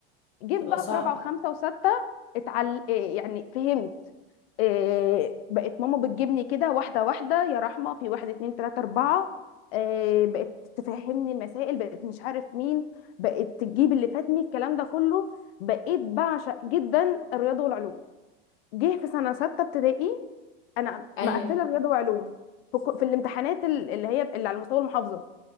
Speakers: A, on the left (about 80°); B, on the left (about 45°).
A: جيت
B: تبقى
A: بقى
B: صعب
A: في رابعه وخمسه وسته اتعل إيه يعني فهمت إيه بقت ماما بتجيبني كده واحده واحده يا رحمه في واحد اتنين تلاته اربعه إيه بقت تفهمني المسائل بقت مش عارف مين بقت تجيب اللي فاتني الكلام ده كله بقيت بعشق جدا الرياضه والعلوم جه في سنه سته ابتدائي انا
B: ايوه
A: مقفله رياضه وعلوم في, كو- في الامتحانات ال- اللي هي اللي على مستوى المحافظه